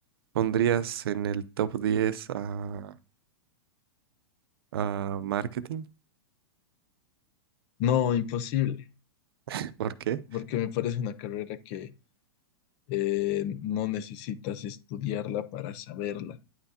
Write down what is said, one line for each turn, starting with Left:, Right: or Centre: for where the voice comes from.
Right: pondrías en el top 10 a, a marketing,
Left: no, imposible.
Right: <laughs> ¿por qué?
Left: porque me parece una carrera que eh, no necesitas estudiarla para saberla